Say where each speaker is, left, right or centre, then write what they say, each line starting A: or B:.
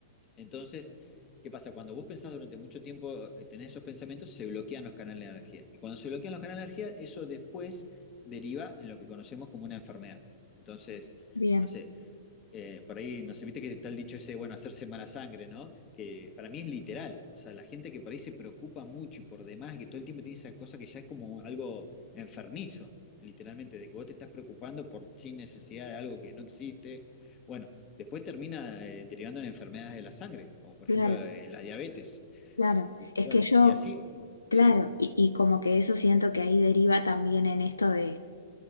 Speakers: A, on the left (about 30°); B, on the left (about 85°).
A: Entonces, ¿qué pasa? Cuando vos pensás durante mucho tiempo, eh, tenés esos pensamientos, se bloquean los canales de energía. Y cuando se bloquean los canales de energía, eso después deriva en lo que conocemos como una enfermedad. Entonces,
B: Bien,
A: no sé, eh, por ahí, no sé, viste que está el dicho ese, bueno, hacerse mala sangre, ¿no? Que para mí es literal. O sea, la gente que por ahí se preocupa mucho y por demás, y que todo el tiempo tiene esa cosa que ya es como algo enfermizo, literalmente, de que vos te estás preocupando por sin necesidad de algo que no existe. Bueno, después termina eh, derivando en enfermedades de la sangre, como por
B: claro.
A: ejemplo eh, la diabetes.
B: Claro,
A: Eh,
B: es
A: bueno,
B: que yo,
A: y así,
B: claro,
A: sí.
B: y, y como que eso siento que ahí deriva también en esto de,